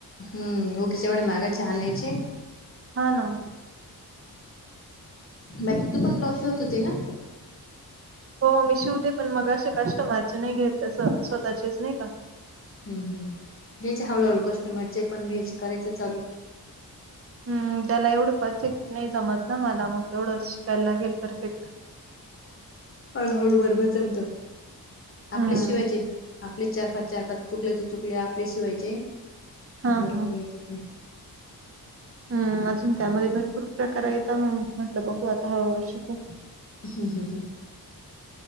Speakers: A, on the left; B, on the right.
A: हम् उगीच एवढे महागाचे आनायचे.
B: हाना.
A: बाकी तू पण ब्लॉउज शिवत होती ना?
B: हो मी शिवते पण मग अशे कस्टमरचे नही घेत अस, स्वतःचेच नाही का?
A: हम् हम् घ्यायचे हळूहळू कस्टमरचे पण घ्यायचे, करायच चालू.
B: हम्म त्याला एवढं परफेक्ट नही जमत ना मला, मग तेवढं शिकायला लागेल परफेक्ट.
A: हळूहळू बरोबर जमत, आपलेच
B: हम्म
A: शिवायचे, आपलेच चार- पाच, चार-पाच. चुकले त चुकले आपलेच शिवायचे,
B: हा
A: बरोबर
B: हा
A: येतात म.
B: हम् अजून त्यामध्ये भरपूर प्रकार येता मग, म्हटलं बघू आता हळूहळू शिकू.
A: ह हं हं.